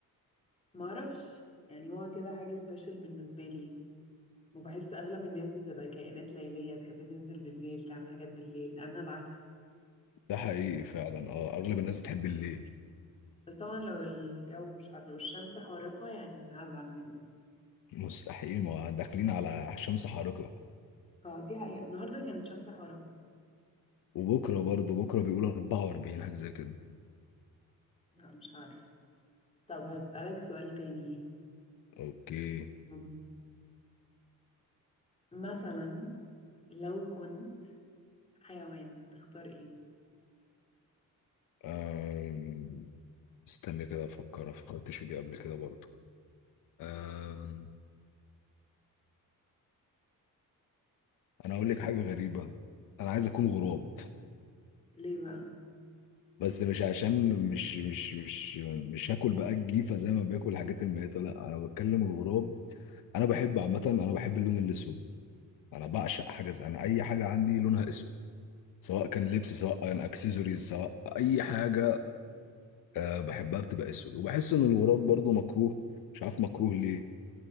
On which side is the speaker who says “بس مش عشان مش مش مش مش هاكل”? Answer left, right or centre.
Left